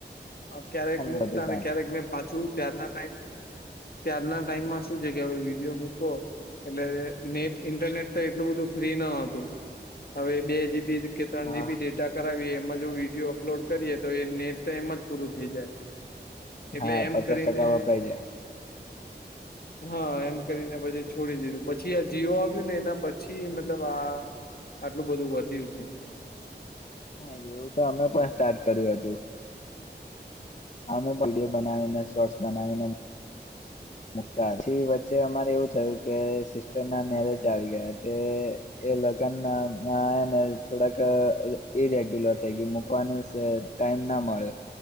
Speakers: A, on the left (about 60°); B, on the left (about 40°).
A: ક્યારેક મુકતા
B: બધું
A: અનેને
B: કઈ
A: ક્યારેકને. પાછું ત્યારના ટાઈમ ત્યારના ટાઈમમાં શું છે કે હવે વિડીયો મૂકો. એટલે નેટ ઇન્ટરનેટ તો એટલું બધું ફ્રી ન હતું હવે બે જીબી. કે ત્રણ
B: હા
A: જીબી ડેટા કરાવીએ એમાં જો વિડીિયો અપલોડ કરીએ તો એ નેટ તો એમ જ પૂરું થઈ જાય. એટલે
B: હા
A: એમ
B: પચાસ
A: કરીને
B: ટકા વપરાય જાય
A: હા એમ કરીને પછી. છોડી દીધું પછી આ જીઓ આવ્યું ને એના પછી મતલબ આ આટલું બધું વધ્યું છે.
B: હા એવું તો અમે પણ સ્ટાર્ટ કર્યું હતું. અમે વિડીયો બનાવીને શોર્ટસ બનાવીને. મુક્તા પાછી વચ્ચે અમારે એવું થયું કે સિસ્ટર ના મેરેજ આવી ગયા તે- એ લગ્ન ના એને થોડાક ઈરેગ્યુલર થઈ ગયું મૂકવાનું છે. ટાઈમ ના મળે